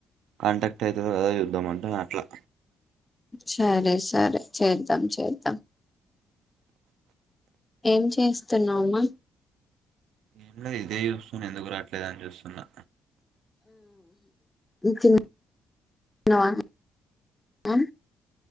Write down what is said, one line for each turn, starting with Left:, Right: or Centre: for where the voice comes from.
Right: కాంటాక్ట్ అయితదో కాదో చూద్దామంటనా అట్లా
Left: సరే సరే చేద్దాం చేద్దాం ఏం చేస్తున్నావ్ మా
Right: ఏం లేదు ఇదే చూస్తన ఎందుకు రాట్లేదు అని చూస్తున్నా
Left: మ్మ్ తిన్ న్నావ ఆ